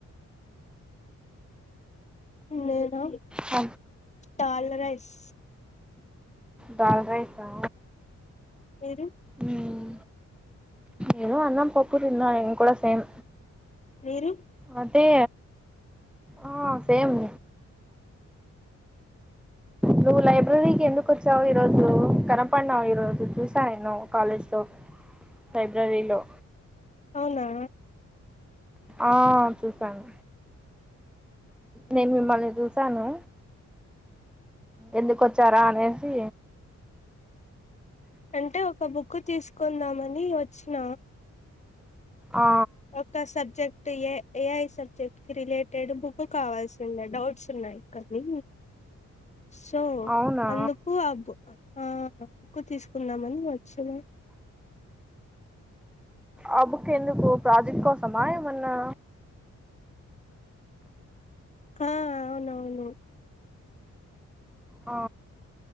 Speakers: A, on the left; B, in the centre.
A: నేనా
B: అ
A: దాల్ రైస్
B: దాల్ రైసా
A: మీరు
B: మ్మ్ నేను అన్నం పప్పు తిన్నా నేను కూడా సేమ్
A: మీరు
B: అదే ఆ సేమ్ నువ్వు లైబ్రరీకి ఎందుకు వచ్చావు ఈ రోజు కనపడ్నావు ఈ రోజు చూసా నేను కాలేజ్ లో లైబ్రరీలో
A: నేనా
B: ఆ చూసాను నేను మిమ్మల్ని చూసాను ఎందుకు వచ్చారా అనేసి
A: అంటే ఒక బుక్ తీసుకుందామని వచ్చిన
B: ఆ
A: ఒక సబ్జెక్ట్ ఏ ఏఐ సబ్జెక్ట్ కి రిలేటెడ్ బు కు కావాల్సి ఉండ డౌట్స్ ఉన్నాయి కానీ సో
B: అవునా
A: అందుకు ఆ బ బుక్కు తీసుకుందామని వచ్చిన
B: ఆ బుక్ ఎందుకు ప్రాజెక్ట్ కోసమా ఏమన్నా
A: హా అవునవును
B: ఆ